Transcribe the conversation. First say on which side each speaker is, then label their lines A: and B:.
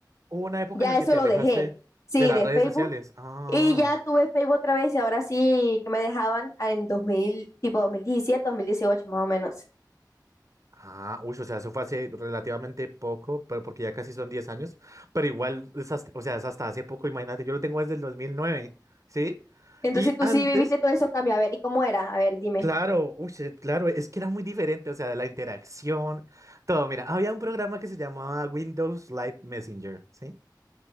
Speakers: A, on the right; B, on the left.
A: hubo una época
B: Ya
A: en la
B: eso
A: que te
B: lo
A: alejaste
B: dejé. Sí,
A: de las
B: de
A: redes
B: Facebook.
A: sociales. Ah.
B: Y ya tuve Facebook otra vez y ahora sí que me dejaban en 2000 tipo dos dos mil diecisiete dos mil dieciocho más o menos.
A: Ah, uy, o sea, eso fue hace relativamente poco, pero porque ya casi son 10 años, pero igual, es hasta- o sea, es hasta hace poco, imagínate, yo lo tengo desde el dos mil nueve ¿sí?
B: Entonces
A: Y
B: tú
A: antes,
B: sí viviste todos esos cambios. A ver, ¿y cómo era? A ver, dime.
A: claro, uy, sí, claro, es que era muy diferente, o sea, de la interacción, todo, mira, había un programa que se llamaba Windows Live Messenger, ¿sí?